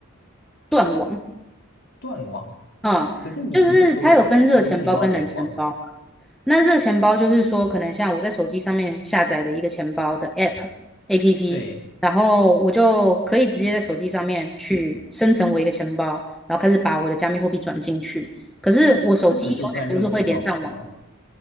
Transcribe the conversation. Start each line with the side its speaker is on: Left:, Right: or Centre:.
Centre: 断网
Left: 断网。
Centre: 啊，嗯就是它有分热钱包跟冷钱包，
Left: 可是你不是说东西都要联网？
Centre: 那这个钱包就是说，可能像我在手机上面下载的一个钱包的 App APP，
Left: 对，
Centre: 然后我就可以直接在手机上面去生成我一个钱包，然后开始把我的加密货币转进去。可是我手机永远都是会连上网
Left: 这个就算热钱包是吗？